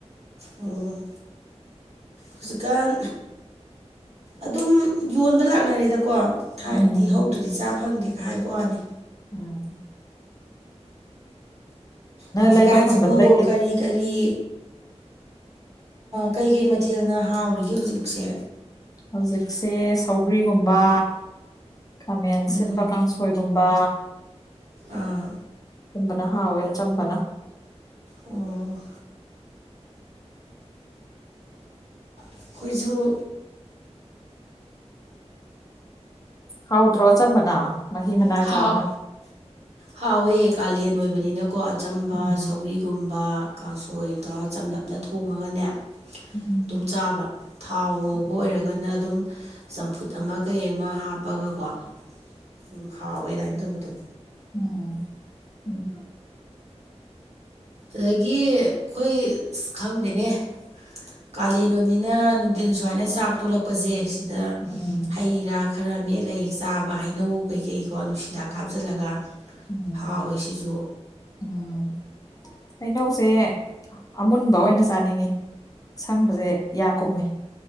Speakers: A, on the right; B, on the left.
A: ꯑꯣ ꯍꯧꯖꯤꯛꯀꯥꯟ ꯑꯗꯨꯝ ꯌꯣꯟꯕ ꯂꯥꯛꯅꯔꯦꯗꯀꯣ ꯊꯥꯏꯅꯗꯤ
B: ꯎꯝ
A: ꯍꯧꯗ꯭ꯔꯗꯤ ꯆꯥ ꯐꯪꯗꯦꯒ ꯍꯥꯏꯕ ꯋꯥꯅꯤ
B: ꯎꯝ
A: ꯍꯧꯖꯤꯛꯀꯥꯟꯁꯤꯕꯨ
B: ꯂꯩꯕ ꯐꯪꯗꯕ ꯂꯩꯇꯦ
A: ꯀꯔꯤ ꯀꯔꯤ ꯀꯩꯀꯩ ꯃꯊꯦꯜꯅ ꯍꯥꯎꯔꯤꯒꯦ ꯍꯧꯖꯤꯛꯁꯦ
B: ꯍꯧꯖꯤꯛꯁꯦ ꯁꯧꯒ꯭ꯔꯤꯒꯨꯝꯕ ꯈꯥꯃꯦꯟ
A: ꯎꯝ
B: ꯁꯤꯟꯕ ꯀꯥꯡꯁꯣꯏꯒꯨꯝꯕ
A: ꯑꯥ
B: ꯆꯝꯕꯅ ꯍꯥꯎꯋ ꯌꯥ ꯆꯪꯝꯕꯅ
A: ꯑꯣ ꯑꯩꯈꯣꯏꯁꯨꯨ
B: ꯍꯥꯎꯗ꯭ꯔꯣ ꯑꯆꯝꯕꯅ ꯃꯍꯤ ꯃꯅꯥꯏ
A: ꯍꯥꯎ
B: ꯆꯥꯕꯅ
A: ꯍꯥꯎꯋꯦ ꯀꯥꯂꯦꯟ ꯑꯣꯏꯕꯅꯤꯅꯀꯣ ꯑꯆꯝꯕ
B: ꯎꯝ
A: ꯁꯧꯒ꯭ꯔꯤꯒꯨꯝ ꯊꯕ ꯀꯥꯡꯁꯣꯏ ꯇꯧꯔꯒ ꯆꯝꯂꯞꯅ ꯊꯣꯡꯉꯒꯅꯦ ꯑꯗꯨꯝ
B: ꯎꯝ
A: ꯆꯥꯕ ꯊꯥꯎ ꯉꯧꯕ
B: ꯎꯝ
A: ꯑꯣꯏꯔꯒꯅ ꯑꯗꯨꯝ ꯆꯝꯐꯨꯠ ꯑꯃ ꯀꯩ ꯑꯃ ꯍꯥꯞꯄꯒꯀꯣ ꯎꯝ ꯍꯥꯎꯋꯦꯗꯥꯥꯏꯅ ꯇꯧꯕꯗꯣ
B: ꯎꯝ ꯎꯝ
A: ꯑꯗꯒꯤ ꯑꯩꯈꯣꯏ ꯑꯁ ꯈꯪꯗꯦꯅꯦ ꯀꯥꯂꯦꯟ ꯑꯣꯏꯝꯅꯤꯅ ꯅꯨꯡꯊꯜ ꯁꯨꯃꯥꯏꯅ ꯆꯥꯛ ꯊꯣꯂꯛꯄꯁꯦ ꯁꯤꯗ
B: ꯎꯝ
A: ꯍꯩ ꯔꯥꯛ ꯈꯔ ꯃꯦꯠꯂ ꯍꯦꯛ ꯆꯥꯕ ꯍꯩꯅꯧ ꯀꯩꯀꯩꯀꯣ ꯅꯨꯡꯁꯤꯗꯥꯛ ꯍꯥꯥꯞꯆꯜꯂꯒ
B: ꯎꯝ
A: ꯍꯥꯎꯋꯤꯁꯤꯁꯨ
B: ꯎꯝ ꯍꯩꯅꯧꯁꯦ ꯑꯃꯨꯟꯕ ꯑꯣꯏꯅ ꯆꯥꯅꯤꯡꯉꯤ ꯁꯪꯕꯁꯦ ꯌꯥ ꯀꯨꯝꯃꯦ